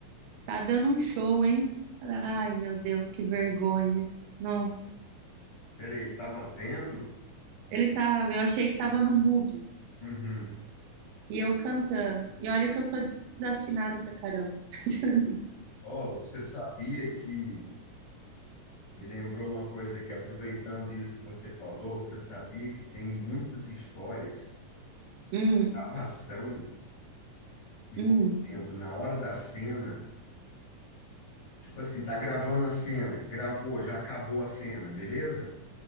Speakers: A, on the right; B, on the left.
A: Tá dando um show, hein? Ai, meu Deus, que vergonha. Nossa,
B: peraí, ele estava vendo?
A: ele tava, eu achei que tava no mudo
B: Uhum.
A: e eu cantando. E olha que eu sou desafinada pra caramba. <laughs>
B: Oh, você sabia que. Me lembrou uma coisa que, aproveitando isso que você falou, você sabia que tem muitas histórias,
A: Hum,
B: gravação, que,
A: hum.
B: por exemplo, na hora da cena, tipo assim, tá gravando a cena, gravou, já acabou a cena, beleza?